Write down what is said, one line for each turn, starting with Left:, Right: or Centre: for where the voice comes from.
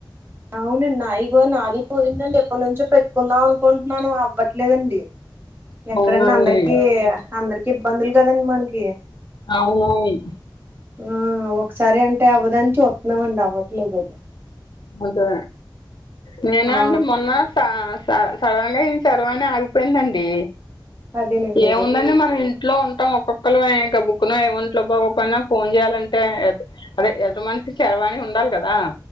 Right: అవును నా ఇగొ నాది పోయిందండి ఎప్పనుంచో పెట్కుందాం అనుకుంటున్నాను అవ్వట్లేదండి ఎక్కడన్నా
Left: అవునండి
Right: అందరికి ఇబ్బందులు గదండి మన్కి
Left: అవునవును
Right: అ ఒక్సారి అం టే అవ్వదని చూత్త్నమండి అవ్వట్లేదది
Left: అంటే నేనాఅండి
Right: ఆ
Left: మొన్న సా సడెన్గా ఇవి చర్వాని ఆగిపోయిందండి
Right: అదేనండి
Left: ఏముందండి
Right: అదే
Left: మన ఇంట్లో ఉంటాం ఒక్కొక్కళ్ళు ఎంక బుక్ను ఏమిట్లో బాగొపోయినా ఫోన్ జేయాలంటే అదే ఎటమన్షికి చరవాణి ఉండాలి కదా